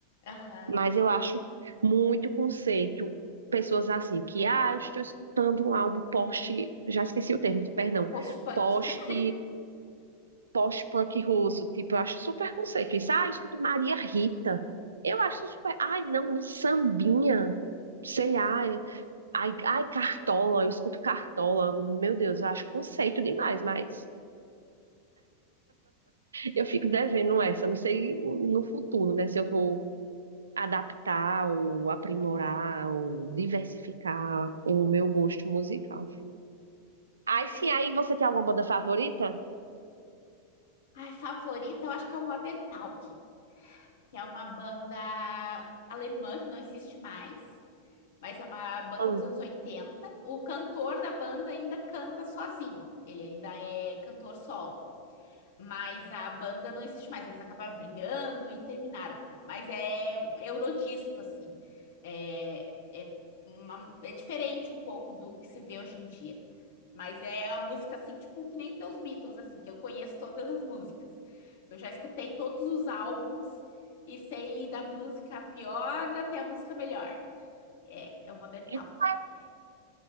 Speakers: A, on the left (about 55°); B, on the right (about 70°).
A: Aham.
B: Mas eu acho muito conceito. Pessoas assim, que, ah, eu estou escutando um álbum post, já esqueci o termo, perdão,
A: Post-punk.
B: post,
A: <laughs>
B: post-punk russo, tipo, eu acho super conceito. Isso, ah, eu escuto Maria Rita. Eu acho super, ai, não, um sambinha, sei lá, ai, ai, Cartola, eu escuto Cartola, meu Deus, eu acho conceito demais, mas eu fico devendo essa, não sei no futuro, né, se eu vou adaptar ou aprimorar ou diversificar o meu gosto musical. Aí sim,
A: Mas,
B: aí você tem alguma banda favorita?
A: ai, favorita, eu acho que é o Modern Talking, que é uma banda alemã que não existe mais. mas é uma banda
B: Hum.
A: dos anos 80. O cantor da banda ainda canta sozinho, ele ainda é cantor solo. Mas a banda não existe mais, eles acabaram brigando e terminaram. Mas é um eurodisco, assim. É, é, uma- é diferente um pouco do que se vê hoje em dia. Mas é a música, assim, tipo, que nem dos Beatles, assim, que eu conheço todas as músicas. Eu já escutei todos os álbuns e sei da música pior até a música melhor. É, é o Modern
B: E
A: Talk.
B: como
A: É.